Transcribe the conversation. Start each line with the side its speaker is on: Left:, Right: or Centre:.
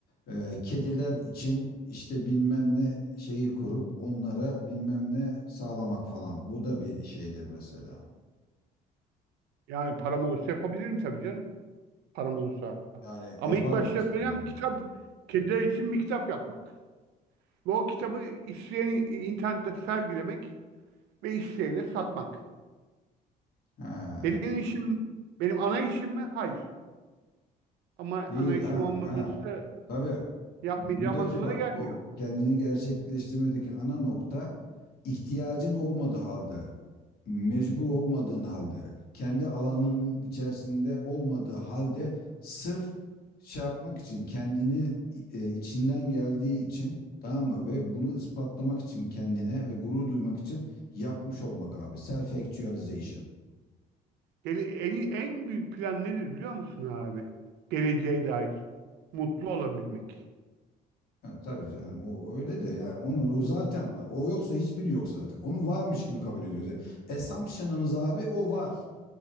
Left: e, kediler için işte bilmem ne şeyi kurup onlara bilmem ne sağlamak falan bu da bir şeydir mesela.
Right: Yani param olursa yapabilirim tabii canım. Param olursa.
Left: Yani
Right: Ama
Left: yapar
Right: ilk başta
Left: mısın?
Right: yapacağım kitap, kediler için bir kitap yapmak. Ve o kitabı isteyen internette sergilemek ve isteyene satmak.
Left: Ha.
Right: Benim işim, benim ana işim mi? Hayır. Ama
Left: Değil
Right: ana işim
Left: ha
Right: olmaması
Left: ha. Tabii.
Right: yapmayacağım
Left: Buradaki
Right: anlamına
Left: bak
Right: gelmiyor.
Left: bu kendini gerçekleştirmedeki ana nokta ihtiyacın olmadığı halde, mecbur olmadığın halde, kendi alanının içerisinde olmadığı halde sırf şey yapmak için kendini e, içinden geldiği için tamam mı ve bunu ispatlamak için kendine ve gurur duymak için yapmış olmak abi. Self actualization.
Right: Gele- en, en büyük plan nedir biliyor musun abi? Geleceğe dair. Mutlu olabilmek.
Left: Ha, tabii canım o öyle de yani onu o zaten var. O yoksa hiçbiri yok zaten. Onu varmış gibi kabul ediyoruz. Yani assumption'ımız abi o var.